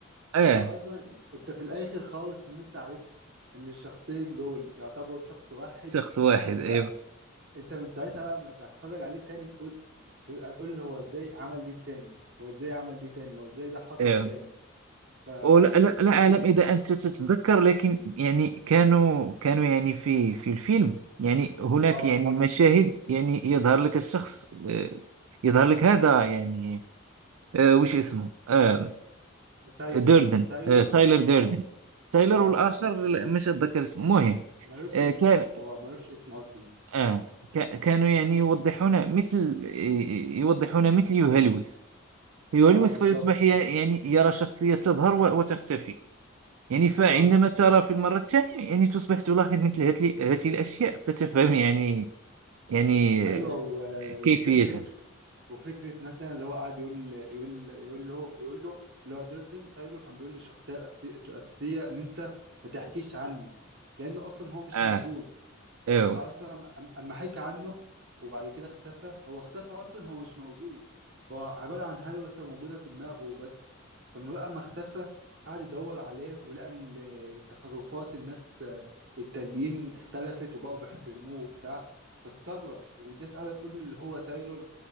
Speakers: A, on the right; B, on the right.
A: آه
B: اللي هو اصلا انت في الاخر خالص لما انت عرفت ان الشخصين دول يعتبروا شخص واحد
A: شخص واحد
B: فانت
A: أيوه
B: انت من ساعتها بقى ما هتتفرج عليه تاني تقول ت- هتقول له هو ازاي عمل دي تاني هو ازاي عمل دي تاني هو ازاي ده حصل
A: أيوه
B: تاني فا
A: ولا لا,
B: إز...
A: لا
B: إز...
A: أعلم إذا أنت تتذكر لكن يعني كانوا كانوا يعني في في الفيلم يعني هناك
B: اه
A: يعني مشاهد يعني يظهر لك الشخص آه، يظهر لك هذا يعني آه، وش اسمه آه،
B: تايلور
A: دوردن
B: تايلور
A: آه، تايلر دوردن
B: اه
A: تايلر
B: اه
A: والآخر لا، مش أتذكر اسمه المهم
B: ملوش
A: آه،
B: اسم
A: كان
B: هو ملوش اسم اصلا
A: آه، كا- كانوا يعني يوضحون مثل يوضحون مثل يهلوس يهلوس
B: اه بالظبط
A: فيصبح يعني يرى شخصية تظهر و- وتختفي يعني
B: بالظبط
A: فعندما ترى في المرة الثانية يعني تصبح تلاحظ مثل هاتل- هذه الأشياء فتفهم يعني يعني
B: ايوه و-
A: كيفيتها
B: وفكره وفكره مثلا اللي هو قاعد يقول يقول يقول له يقول له اللي هو دردن تايلور كان بيقول للشخصيه الأساسية الاساسيه ان انت ما تحكيش عني لانه اصلا هو مش
A: آه
B: موجود
A: أيوة
B: فما اصلا أم- اما حكى عنه وبعد كده اختفى هو اختفى اصلا هو مش موجود هو عبارة عن هلوسة موجودة في دماغه وبس فما بقى ما اختفى قعد يدور عليه ولقى ان تصرفات الناس آه، التانيين اختلفت وبقوا بيحترموه وبتاع فاستغرب والناس قاعدة تقول اللي هو تايلور